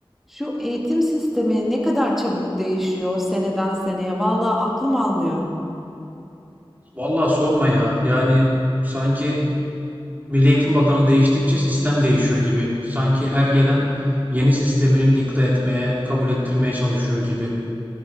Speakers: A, in the centre; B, on the right (about 20°).
A: Şu eğitim sistemi ne kadar çabuk değişiyor seneden seneye. Vallahi aklım almıyor.
B: Vallahi sorma ya. Yani sanki Milli Eğitim Bakanı değiştikçe sistem değişiyor gibi. Sanki her gelen yeni sistemini dikte etmeye, kabul ettirmeye çalışıyor gibi.